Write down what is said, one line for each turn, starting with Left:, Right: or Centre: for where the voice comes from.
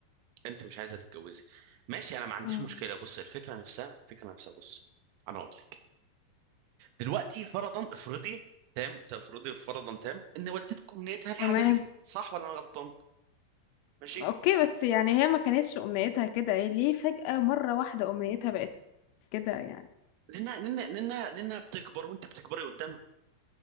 Right: انت مش عايزه تتجوزي ماشي انا ما عنديش
Left: اه
Right: مشكله بص الفكره نفسها الفكره نفسها بص انا اقول لك دلوقتي فرضا افرضي تام تفرضي فرضا تام ان والدتك امنيتها الحاجه
Left: تمام
Right: دي صح ولا انا غلطان ماشي
Left: اوكي بس يعني هي ما كانتش امنيتها كده ايه ليه فجأة مرة واحدة امنيتها بقت كده يعني
Right: لانها لانها لانها لانها بتكبر وانت بتكبري قدامها